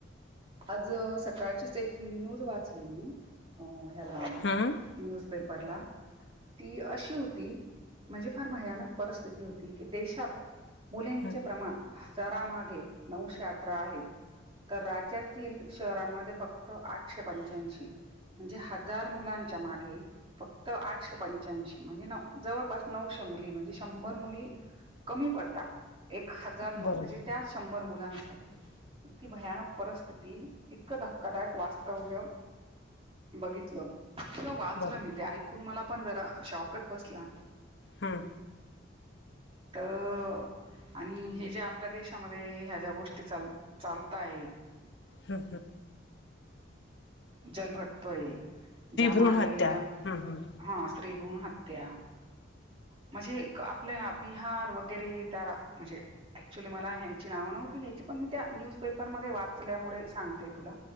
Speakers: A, on the right; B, on the left.
A: आज सकाळचीच एक न्यूज वाच ह्याला
B: हम्म
A: न्युज पेपर ला ती अशी होती म्हणजे फार भयानक परिस्थिती होती की देशात मुलींचे
B: हम्म
A: प्रमाण हजारामागे नऊशे अठरा आहे तर राज्यात ततील शहरांमध्ये फक्त आठशे पंच्याऐंशी म्हणजे हजार मुलांच्या मागे फक्त आठशे पंच्याशी म्हणजे जवळपास नऊशे म्हणजे शंभर मुली कमी पडतात एक हजार म्हणजे
B: बरोबर
A: त्या शंभर मुलांसाठी इतकी भयानक परिस्थिती इतकं धक्कादायक वास्तव्य बघितलं न वाचलं
B: बरोबर
A: मी ते ऐकून मला पण जरा शॉकच बसला
B: हम्म.
A: त आणि हे ज्या आपल्या देशामध्ये ह्या ज्या गोष्टी चाल चालता आहे
B: हम्म हम्म.
A: जलभटतोय ज्यामागेय
B: भ्रूण हत्या हम्म हम्म
A: हा स्त्रीभूण ह हत्या. म्हणजे आपल्या बिहार वगैरे त्या म्हणजे ऍक्च्युली मला ह्यांची नाव नाव नव्हतं घ्यायची पण त्या न्युज पेपर मध्ये वाचल्यामुळे सांगते तुला